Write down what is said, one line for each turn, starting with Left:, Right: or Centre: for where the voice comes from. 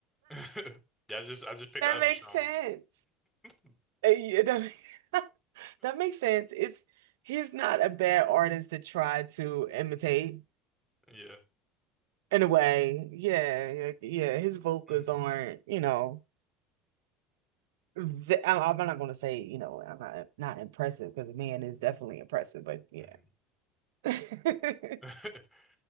Centre: <laughs> Yeah, I just I just
Right: <laughs>
Centre: pick
Right: that
Centre: an
Right: makes
Centre: Usher song.
Right: sense.
Centre: <laughs>
Right: Uh, yeah, that, ma- <laughs> that makes sense. It's he's not a bad artist to try to imitate
Centre: Yeah.
Right: in a way. Yeah, yeah, yeah, his vocals
Centre: Mm,
Right: aren't, you know, th I- I'm not gonna say, you know, I'm not not impressive because the man is definitely impressive, but yeah.
Centre: mm.
Right: <laughs>
Centre: <laughs>